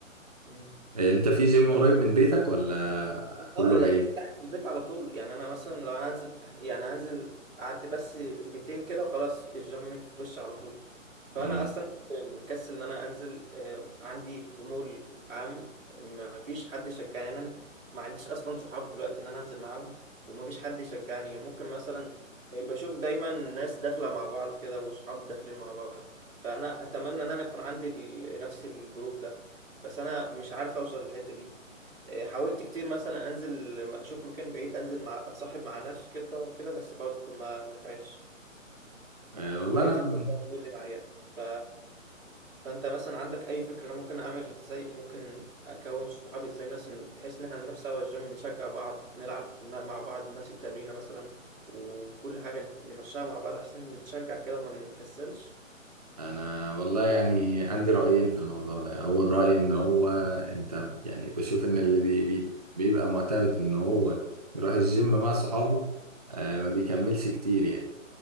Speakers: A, on the right; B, on the right.
A: كتير
B: آه، انت في جيم قريب من بيتك ولا كله
A: اه
B: بعيد
A: ده في تحت البيت على طول يعني انا مثلا لو انا هنزل تحت يعني هنزل اعدي بس بيتين كده وخلاص الجيم في وشي على طول فانا
B: مم.
A: اصلا كنت مكسل ان انا انزل آم، عندي خمول عام ما فيش حد يشجعني يعني انا ما عنديش اصلا صحاب دلوقتي ان انا انزل معاهم وما فيش حد يشجعني ممكن مثلا آه، بشوف دايما ناس داخله مع بعض كده وصحاب داخلين مع بعض فانا اتمنى ان انا يكون عندي ال- نفس الجروب ده بس انا مش عارف اوصل للحته دي إيه، حاولت كتير مثلا انزل اشوف مكان بعيد انزل مع اتصاحب مع ناس كده وكده بس برضه ما ما نفعتش
B: آه والله
A: ولقيت
B: انا
A: الموضوع هو اللي معايا ف فانت مثلا عندك اي فكره ممكن اعمل ازاي ممكن اكون صحابي ازاي مثلا بحيث ان احنا نروح سوا الجيم نشجع بعض نلعب مع بعض نفس التمرينه مثلا وكل حاجه نمشيها مع بعض احسن نتشجع كده وما نكسلش
B: انا والله يعني عندي رأيين في الموضوع ده اول رأي ان هو انت يعني بشوف ان اللي بي بي بيبقى معتمد ان هو يروح الجيم مع صحابه آه ما بيكملش كتير يعني